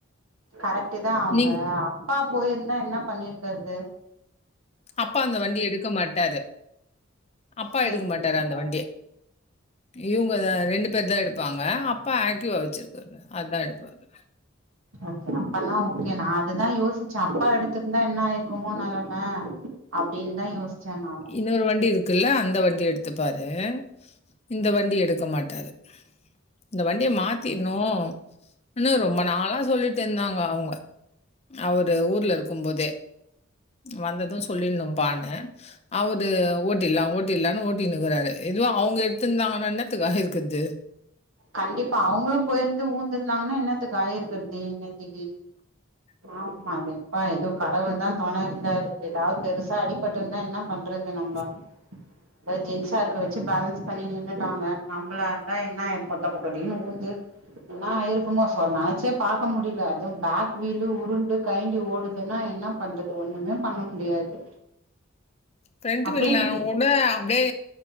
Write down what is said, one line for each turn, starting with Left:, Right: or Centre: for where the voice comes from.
Right: கரெக்ட் தா அவுங்க
Left: நீங்
Right: அப்பா போய்ருந்தா என்ன பண்ணிருக்குறது
Left: அப்பா அந்த வண்டி எடுக்க மாட்டாரு அப்பா
Right: சேரி
Left: எடுக்க மாட்டாரு
Right: சேரிப்பா
Left: அந்த வண்டிய இவுங்க ரெண்டு பேர் தா எடுப்பாங்க அப்பா ஆக்டிவா வச்சுருக்காரு அதா எடுப்பாரு
Right: ஓகே அப்பனா ஓகே நா அதுதா யோசிச்சே அப்பா எடுத்துருந்தா என்னாயிருக்குமோ நெலம அப்டின்தா யோசிச்சே நானு
Left: இன்னொரு வண்டி இருக்குல்ல அந்த வண்டிய எடுத்துப்பாரு இந்த வண்டி எடுக்க மாட்டாரு இந்த வண்டிய மாத்திர்ணு னு ரொம்ப நாளா சொல்லிட்டு இருந்தாங்க அவங்க அவரு ஊர்ல இருக்கும் போதே வந்தது சொல்லினும்பானு அவது ஓட்டிடுலா ஓட்டிடுலான் ஓட்டினுக்கிறாரு இதுவே அவங்க எடுத்துருந்தாங்கன்னா என்னத்துக்கு ஆயிருக்கது
Right: கண்டிப்பா அவங்களு போயிந்து வுளுந்திருந்தாங்கனா என்னத்துக்கு ஆயிருக்குறது இந்நேத்திக்கி
Left: <inaudible>
Right: ஆமா எப்பா எதோ கடவுள்தா தொண இருந்தாரு எதாவ் பெருசா அடிபட்டுருந்தா என்ன பண்றது நம்ம
Left: <inaudible>
Right: எதோ ஜென்ஸா இருக்க வச்சு பேலன்ஸ் பண்ணி நின்னுட்டாங்க நம்பளா இருந்தா என்னாய்ரு டொபக்கடினு ஊந்து என்ன ஆயிருக்குமோ சோ நெனச்சே பாக்க முடில அதுவு பேக் வீலு உருண்டு கயண்டி ஓடுதுன்னா என்ன பண்றது ஒன்னுமே பண்ண முடியாது
Left: ஃபிரண்ட்
Right: அப்புறம்
Left: வீல்னா
Right: இன்னைக்கு
Left: ஓ னா அப்டியே